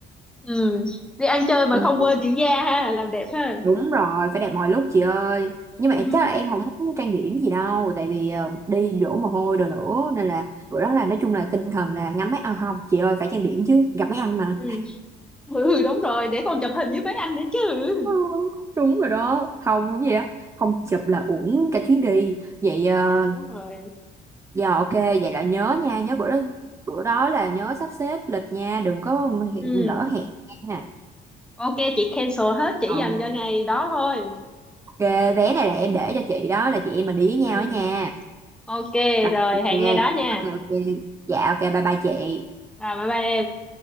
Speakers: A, in the centre; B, on the right (about 15°).
A: ừ. đi ăn chơi mà
B: ừ.
A: không quên dưỡng da ha làm đẹp ha
B: đúng rồi phải đẹp mọi lúc chị ơi nhưng mà
A: ừ, <laughs>
B: chắc là em không muốn trang điểm gì đâu tại vì ờ, đi
A: ừ,
B: đổ mồ hôi đồ nữa nên là bữa đó là
A: ừ.
B: nói chung là tinh thần là ngắm mấy à, không chị ơi phải trang điểm chứ gặp mấy anh mà
A: ừ Ừ, đúng rồi để còn chụp hình với mấy anh nữa chứ
B: Ừ, đúng rồi đó không gì á không chụp là uổng cả chuyến đi vậy ờ,
A: đúng rồi
B: giờ ok vậy là nhớ nha nhớ bữa đó bữa đó là nhớ sắp xếp lịch nha đừng có hiện
A: ừ.
B: lỡ hẹn nha
A: ok chị cancel hết chỉ
B: Ừ,
A: dành cho ngày đó thôi
B: Ghê, vé này là em để cho chị đó là chị em mình đi với nhau
A: ừ.
B: đó nha.
A: ok
B: Rồi,
A: rồi
B: ok,
A: hẹn ngày đó nha
B: ok, ok. Dạ, ok, bye bye chị.
A: rồi bye bye em